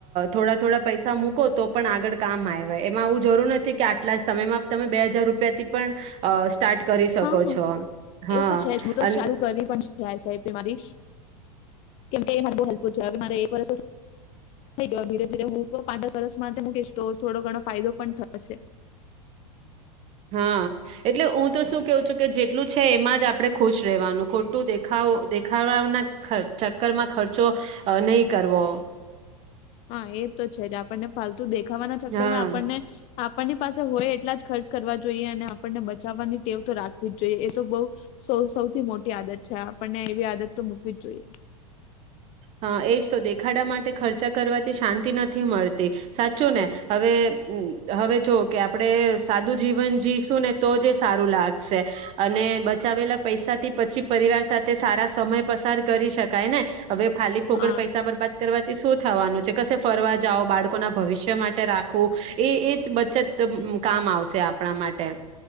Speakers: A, on the right; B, on the left.
A: થોડા થોડા પૈસા મૂકો તો પણ આગળ કામ આયવાય એમાં આવું જરૂર નથી કે આટલા જ સમયમાં તમે બે હજાર રૂપિયા થી પણ અ સ્ટાર્ટ કરી શકો
B: હા
A: છો હા
B: એ તો છે હું તો
A: અન
B: ચાલુ કરવી પણ એસઆઈપી મારી. કેમકે એ મારે બ હેલ્પફુલ છે મારે એક વર્ષ થઈ ગો ધીરે ધીરે હું પાંચ દસ વર્ષ માટે મૂકીશ તો થોડો ઘણો ફાયદો પણ થશે.
A: હા એટલે હું તો શું કેવું છું કે જેટલું છે એમાં જ આપણે ખુશ રહેવાનું ખોટું દેખાવ દેખાડવાના ચક્કરમાં ખર્ચો નહીં કરવો.
B: હા એ તો છે જ આપણને ફાલતુ દેખ ખાવાના ચક્કર
A: હા
B: માં આપણને આપણની પાસે હોય એટલા જ ખર્ચ કરવા જોઈએ અને આપણને બચાવવાની ટેવ તો રાખવી જ જોઈએ એ તો બહુ સૌ સૌથી મોટી આદત છે. આપણને એવી આદત તો મૂકવી જ જોઈએ.
A: હ એજ તો દેખાડા માટે ખર્ચા કરવાથી શાંતિ નથી મળતી સાચું ને હવે હમ્મ હવે જો કે આપણે સાદું જીવન જીવશું ને તો જ એ સારું લાગશે અને બચાવેલા પૈસાથી પછી પરિવાર સાથે સારા સમય પસાર કરી શકાય ને. હવે ખાલી ફોગડ
B: હા
A: પૈસા બરબાદ કરવા શું થવાનું છે કશે ફરવા જાઓ બાળકોના ભવિષ્ય માટે રાખવું એ એ જ બચત કામ આવશે આપણા માટે.